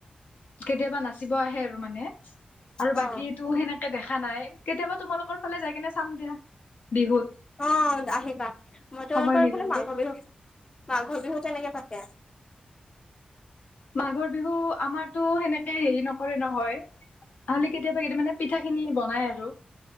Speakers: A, on the left; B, on the left.
A: কেতিয়াবা নাচিব আহে আৰু মানে আৰু
B: অ
A: বাকী সেনেকে দেখা নাই কেতিয়াবা তোমালোকৰ ফালে যাই কিনে চাম দিয়া। বিহুত
B: অঁ আহিবা মই তোমালোকৰ
A: সময় মিলিলে
B: খালে মাঘ বিহু মাঘ বিহু তেনেকে থাকে।
A: মাঘৰ বিহু আমাৰতো সেনেকে হেৰি নকৰে নহয়। খালি কেতিয়াবা কেতিয় মানে পিঠা খিনি বনাই আৰু।